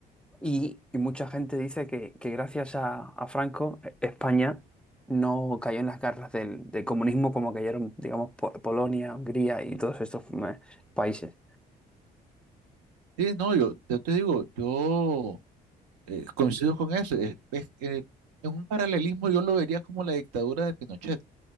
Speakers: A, in the centre; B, on the right.
A: Y, y mucha gente dice que, que gracias a, a Franco, eh, España no cayó en las garras del, del comunismo como cayeron, digamos, Po- Polonia, Hungría y todos estos eh, países.
B: Sí, no, yo, yo te digo, yo eh, coincido con eso. es- es- eh, en un paralelismo yo lo vería como la dictadura de Pinochet,